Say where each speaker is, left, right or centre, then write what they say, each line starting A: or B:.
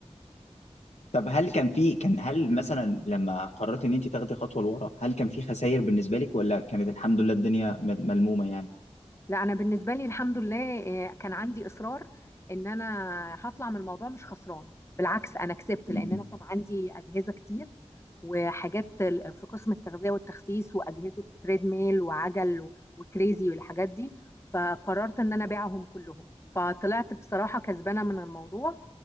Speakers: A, on the left; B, on the left.
A: طب هل كان في كان هل مثلا لما قررت إن أنت تاخدي خطوة لورا هل كان في خسائر بالنسبة لك ولا كانت الحمد لله الدنيا م- ملمومة يعني؟
B: لا أنا بالنسبة لي الحمد لله آه، كان عندي إصرار إن أنا هطلع من الموضوع مش خسرانة بالعكس أنا كسبت
A: مم.
B: لأن أنا كان عندي أجهزة كتير وحاجات ال- في قسم التغذية والتخسيس وأجهزة تريد ميل وعجل و- وكريزي والحاجات دي فقررت إن أنا أبيعهم كلهم فطلعت بصراحة كسبانة من الموضوع